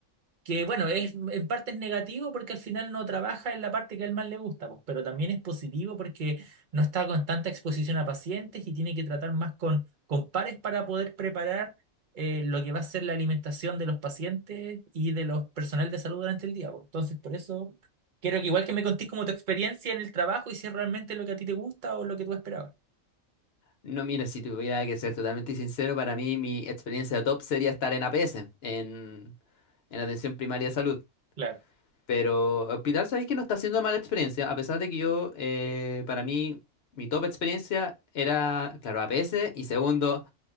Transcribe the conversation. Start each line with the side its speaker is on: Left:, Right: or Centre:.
Right: Que bueno, es en parte es negativo porque al final no trabaja en la parte que a él más le gusta, pues, pero también es positivo porque no está con tanta exposición a pacientes y tiene que tratar más con, con pares para poder preparar eh, lo que va a ser la alimentación de los pacientes y de los personal de salud durante el día, pues. Entonces, por eso quiero que igual que me contés como tu experiencia en el trabajo y si es realmente lo que a ti te gusta o lo que tú esperabas.
Left: No, mira, si tuviera que ser totalmente sincero, para mí mi experiencia top sería estar en APS, en, en Atención Primaria de Salud.
Right: Claro,
Left: Pero Hospital, sabéis que no está siendo mala experiencia, a pesar de que yo, eh, para mí, mi top experiencia era, claro, APS, y segundo,